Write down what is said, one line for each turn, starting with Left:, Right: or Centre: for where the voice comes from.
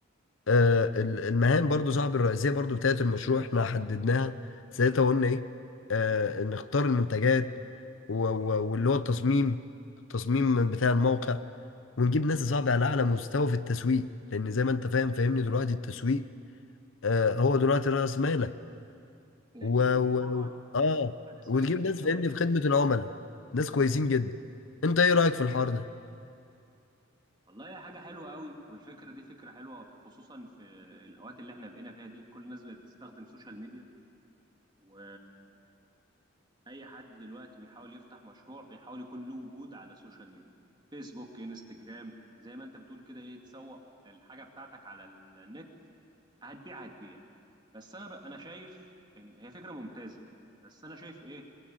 Left: آه، ال- المهام برضو صاحب الرئيسية برضو بتاعت المشروع احنا حددناها ساعتها قلنا ايه آه نختار المنتجات و- و- واللي هو التصميم التصميم بتاع الموقع ونجيب ناس صعبة على أعلى مستوى في التسويق لأن زي ما أنت فاهم فاهمني دلوقتي التسويق آه هو دلوقتي رأس مالك
Right: اكيد
Left: و... و...
Right: طبعا
Left: آه
Right: عن السوشيال
Left: وتجيب
Right: ميديا
Left: ناس فاهمني
Right: وكده
Left: في خدمة العملاء ناس
Right: امم
Left: كويسين جدا أنت إيه رأيك في الحوار ده؟
Right: والله هي حاجه حلوه قوي والفكره دي فكره حلوه خصوصا في الاوقات اللي احنا بقينا فيها دي كل الناس بقت بتستخدم سوشيال ميديا و اي حد دلوقتي بيحاول يفتح مشروع بيحاول يكون له وجود على السوشيال ميديا فيسبوك انستجرام زي ما انت بتقول كده ايه تسوق الحاجه بتاعتك على النت هتبيع هتبيع بس انا ب... انا شايف ان هي فكره ممتازه بس انا شايف ايه